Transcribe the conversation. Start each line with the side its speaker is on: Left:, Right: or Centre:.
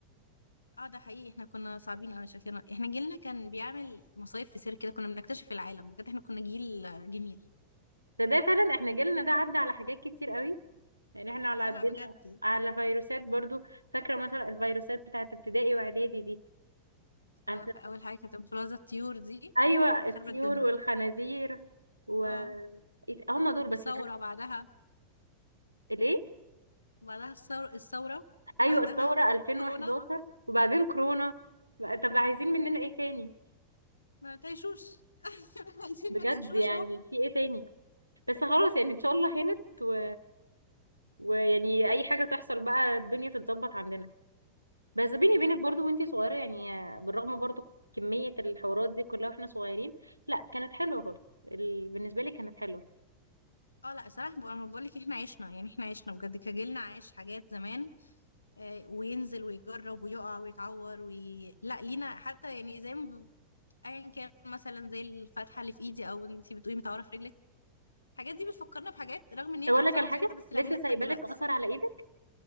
Left: اه ده حقيقي احنا كنا صعبين قوي شكلنا احنا جيلنا كان بيعمل مصايف في سير كده كنا بنكتشف العالم بجد احنا كنا جيل آه، جميل
Right: ده ده فعلا احنا جيلنا ده عدى على حاجات كتير قوي يعني احنا على
Left: اه
Right: قدنا
Left: لا بجد
Right: على فيروسات برضو فاكرة مثلا الفيروسات بتاعت ابتدائي واعدادي دي أنا
Left: اه
Right: فا-
Left: فاول حاجه كانت انفلونزا الطيور دي
Right: ايوه
Left: كانت
Right: الطيور
Left: خربت الدنيا
Right: والخنازير و
Left: اه
Right: هم دول بس اللي
Left: ثوره
Right: كانوا
Left: بعدها
Right: الايه
Left: وبعدها الثور- الثوره وبعدها
Right: ايوه الثورة 2011
Left: كورونا
Right: وبعدين كورونا
Left: م،
Right: بقى- طب عايزين مننا ايه تاني
Left: ما تعيشوش <laughs> عايزين
Right: بجد
Left: ما تعيشوش
Right: يعني
Left: ممكن
Right: في ايه تاني بس خلاص يعني ان شاء الله هانت و ويعني اي حاجه تحصل بقى الدنيا تتظبط عندنا بس بيني
Left: يا
Right: وبينك
Left: رب
Right: برضو وانتي صغيره يعني بالرغم برضو كميه الحوارات دي كلها واحنا صغيرين لا كانت حلوه برضو ال... بالنسبه لي كانت حلوه
Left: اه لا صراحه بقول- انا بقول لك احنا عشنا يعني احنا عشنا بجد كجيلنا عايش حاجات زمان آه، وينزل ويجرب ويقع ويتعور وي... لا لينا حتى يعني زي ما ايا كان مثلا زي الفتحه اللي في ايدي او انتي بتقولي متعوره في رجلك الحاجات دي بتفكرنا بحاجات رغم ان هي
Right: طب
Left: كانت
Right: اقول لك
Left: صعبه
Right: على
Left: في
Right: حاجه
Left: ساعتها بس
Right: لسه
Left: لا بنضحك
Right: سايبه
Left: دلوقتي
Right: لك اثر على ايدك